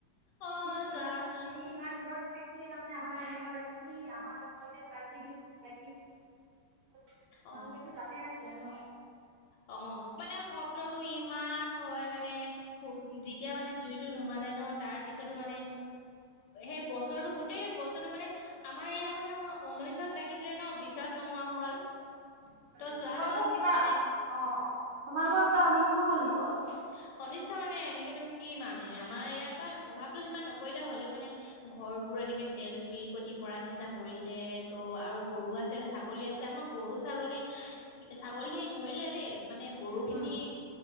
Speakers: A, on the left; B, on the right.
A: অ',
B: আমি
A: চোৱাচোন
B: ইমান আমি ইমান <unintelligible> তাৰমানে আমাৰ এনেকুৱা লাগে কি আমাৰ ঘৰতে পাইছেহি নেকি পাইছেহি নেকি তোমালোকেতো
A: অ
B: তাতে আছিলে ন
A: অ', মানে শব্দটো ইমান হয় মানে যেতিয়া মানে জুইটো নোমা নোমালে ন তাৰপিছতো মানে সেই বছৰটো গোটেই বছৰটো মানে আমাৰ ইয়াত মানে ঊনৈশত লাগিছিলে ন বিশত নোমোৱা হ'ল।
B: ন
A: ত চোৱাচোন
B: তোমালোকৰ কিবা
A: মানে
B: অ', তোমালোকৰ কিবা অনিষ্ট হ'ল নেকি বাৰু?
A: <unintelligible> অনিষ্ট মানে এনেকেনো কি মানে আমাৰ ইয়াত বা প্ৰভাৱতটো সিমান নপৰিলে হ'লেও মানে ঘৰবোৰ এনেকে তেল পিৰিকটি পৰা নিচিনা পৰিলে ত' আৰু গৰু আছে ছাগলী আছিলে আমাৰ গৰু ছাগলী ছাগলী ছাগলী খিনি মৰিলে দেই মানে গৰু
B: বাৰু
A: খিনিক